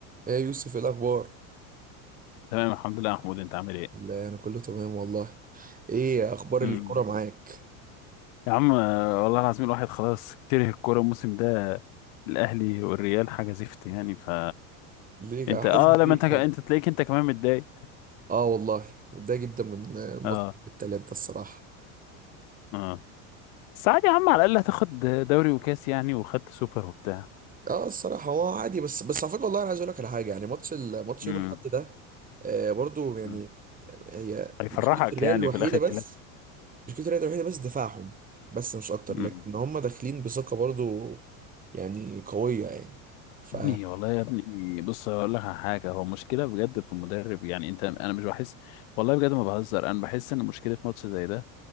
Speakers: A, on the right; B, on the left.
A: ايه يا يوسف ايه الاخبار
B: تمام الحمد لله يا محمود انت عامل ايه
A: لا انا كله تمام والله ايه اخبار
B: مم.
A: الكوره معاك
B: يا عم آه، والله العظيم الواحد خلاص كره الكوره الموسم ده الاهلي والريال حاجه زفت يعني ف
A: ليه
B: انت
A: حاسس
B: اه
A: بيك
B: لما انت انت
A: طبعا
B: تلاقيك انت كمان متضايق
A: اه والله متضايق جدا من آه، ماتش
B: اه
A: التلات ده الصراحه
B: اه بس عادي يا عم على الاقل هتاخد دوري وكاس يعني وخدت سوبر وبتاع
A: اه الصراحه هو عادي بس بس على فكره والله انا عايز اقول لك على حاجه يعني ماتش ال- ماتش
B: امم
A: يوم الاحد ده آه برضو يعني
B: امم.
A: هي
B: هيفرحك
A: مشكله الريال
B: يعني
A: الوحيده
B: في الاخر
A: بس
B: كلاس
A: مشكله الريال الوحيده بس دفاعهم بس مش اكتر
B: امم.
A: لكن هم داخلين بثقه برضو يعني قويه يعني ف
B: يا ابني والله يا ابني بص هقول لك على حاجه هو مشكله بجد في المدرب يعني انت انا مش بحس والله بجد ما بهزر انا بحس ان مشكله ماتش زي ده